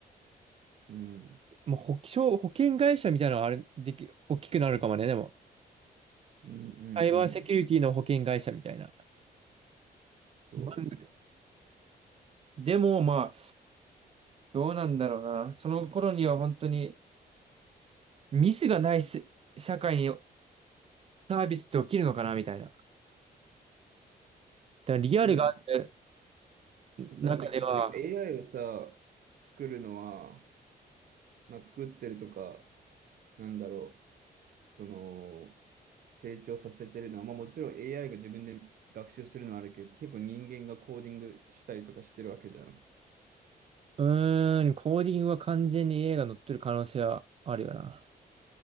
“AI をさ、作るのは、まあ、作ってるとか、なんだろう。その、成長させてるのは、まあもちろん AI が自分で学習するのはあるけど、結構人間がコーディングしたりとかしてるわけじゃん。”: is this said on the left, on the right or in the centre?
Right